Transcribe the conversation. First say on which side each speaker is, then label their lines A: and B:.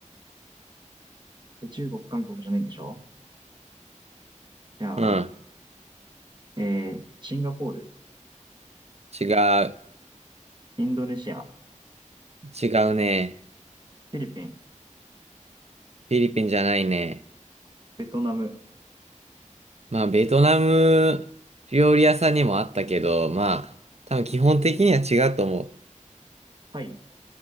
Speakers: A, on the right; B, on the right.
A: え中国、韓国じゃないんでしょじゃあ、
B: うん、
A: えー、シンガポール、
B: 違う。
A: インドネシア、
B: 違うね。
A: フィリピン、
B: フィリピンじゃないね。
A: ベトナム、
B: まあ、ベトナム料理屋さんにもあったけど、まあ、多分基本的には違うと思う。
A: タイ、